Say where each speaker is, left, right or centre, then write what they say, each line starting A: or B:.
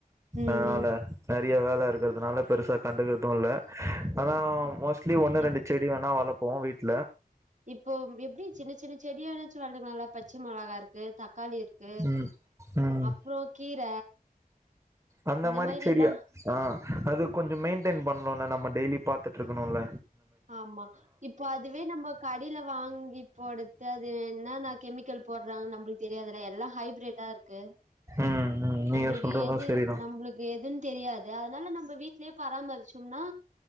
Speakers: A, on the right (about 50°); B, on the right (about 20°).
A: ம்
B: அதனால
A: ம்
B: நெறைய வேலர் ருக்கிறதுனால பெருசா கண்டுக்கர்து இல்ல ஆனா மோஸ்ட்லி ஒன்னு
A: ம்
B: ரெண்டு செடி வோணா வளப் போ வீட்ல
A: இப்போம் எப்டி சின்ன சின்ன செடியானாச்சு வளக்லால்ல பச்ச மொளகா இருக்கு தக்காளி இருக் க்கு
B: ம் ம்
A: அப்றோ கீர
B: அந்த
A: இந்த
B: மாரி
A: மேரிலா
B: செடியா ஆ அது கொஞ்சம் மெயின்டெயின் பண்ணூனா நம்ம டெய்லிப் பாத்துட்ருக்குணுல்ல
A: ஆமா இப்போ அதுவே நம்ம கடேல வாங்கிப்போட அது என்னன்ன கெமிக்கல் போட்றாங்கு நம்மளுக்கு தெரியாதுல எல்லா ஹைப்ரிட்டா இருக்கு
B: ம் ம் நீங்க
A: நம்ளுக்கு
B: சொல்றது
A: எது
B: சரிதா
A: நம்ளுக் எதுன்னு தெரியாது அதனால நம்ம வீட்லயே பராமரிச்சோம்னா